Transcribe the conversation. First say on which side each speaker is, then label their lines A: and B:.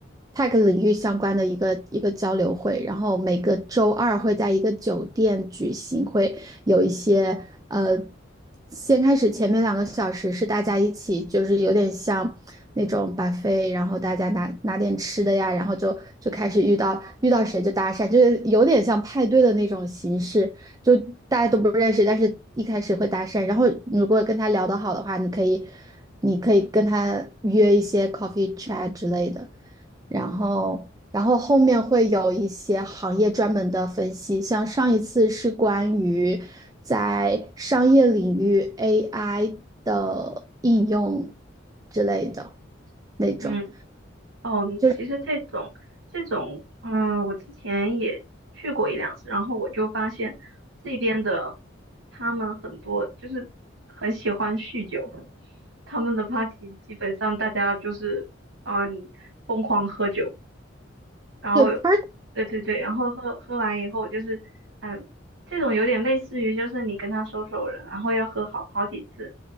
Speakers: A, on the right; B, on the right.
A: Tech 领域相关的一个一个交流会，然后每个周二会在一个酒店举行，会有一些呃，先开始前面两个。两个小时是大家一起，就是有点像那种 buffet，然后大家拿拿点吃的呀，然后就就开始遇到遇到谁就搭讪，就是有点像派对的那种形式，就大家都不认识，但是一开始会搭讪，然后如果跟他聊得好的话，你可以你可以跟他约一些 coffee chat 之类的。然后，然后后面会有一些行业专门的分析，像上一次是关于在商业领域 AI 的应用之类的那种，
B: 嗯。哦，
A: 就是
B: 其实这种这种，嗯、我之前也去过一两次，然后我就发现这边的他们很多就是很喜欢酗酒，他们的 party 基本上大家就是嗯、疯狂喝酒，然后，
A: 对 party
B: 对对对，然后喝喝完以后就是，嗯，这种有点类似于就是你跟他熟熟了，然后要喝好好几次，